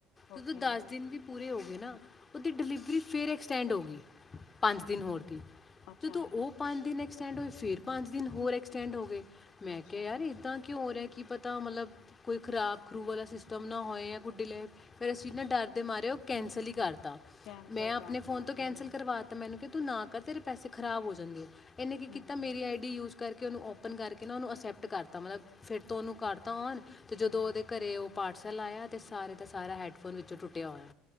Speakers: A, on the left; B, on the left.
A: ਓਕੇ
B: ਜਦੋਂ ਦੱਸ ਦਿਨ ਵੀ- ਪੂਰੇ ਹੋ ਗਏ ਨਾ ਉਹਦੀ ਡਿਲੀਵਰੀ ਫਿਰ ਐਕਸਟੈਂਡ ਹੋ ਗਈ। ਪੰਜ ਦਿਨ ਹੋਰ-
A: ਅੱਛਾ
B: ਜਦੋਂ ਉਹ ਪੰਜ ਦਿਨ ਐਕਸ- ਐਕਸਟੈਂਡ ਹੋਏ ਫਿਰ ਪੰਜ ਦਿਨ ਹੋਰ ਐਕਸਟੈਂਡ ਹੋ ਗੇ। ਮੈਂ
A: ਅੱਛਾ
B: ਕਿਹਾ ਯਾਰ ਏਦਾਂ- ਕਿਉਂ ਰਿਹਾ ਕੀ ਪਤਾ ਮਤਲਬ ਕੋਈ ਖਰਾਬ ਖਰੂ ਵਾਲਾ ਸਿ- ਸਿਸਟਮ ਨਾ ਹੋਏ ਜਾਂ ਡਿਲੇ ਫਿਰ ਅਸੀਂ ਨਾ ਡਰਦੇ ਮਾਰੇ ਉਹ ਕੈਂਸਲ ਹੀ ਕਰ- ਦਿੱਤਾ
A: ਕੈਂਸਲ
B: ਮੈਂ ਆਪਣੇ
A: ਕਰਤਾ
B: ਫੋਨ ਤੋਂ ਕੈਂਸਲ
A: ਹਮ
B: ਕਰਵਾ ਤਾ ਮੈਨੂੰ ਕ- ਤੂੰ ਨਾ ਕਰ ਤੇਰੇ ਪੈਸੇ ਖਰਾਬ ਹੋ ਜਾਂਦੇ ਆ। ਇਹਨੇ
A: ਹਮ
B: ਕੀ ਕੀਤਾ
A: ਹਮ
B: ਮੇਰੀ ਆਈ ਡੀ ਯੂਜ- ਕਰਕੇ ਉਹਨੂੰ ਓਪਨ ਕਰਕੇ ਨਾ ਉਹਨੂੰ ਅਕਸੈਪਟ ਕਰਤਾ ਮਤਲਬ ਫਿਰ ਤੋਂ ਉਹਨੂੰ ਕਰਤਾ ਔਨ- ਤੇ ਜਦੋਂ
A: ਹਮ
B: ਉਹਦੇ
A: ਹਮ
B: ਘਰੇ ਉਹ- ਪਾਰਸਲ ਆਇਆ ਅਤੇ ਸਾਰੇ ਦਾ ਸਾਰਾ ਹੈੱਡਫੋਨ ਵਿੱਚੋਂ ਟੁੱਟਿਆ ਹੋਇਆ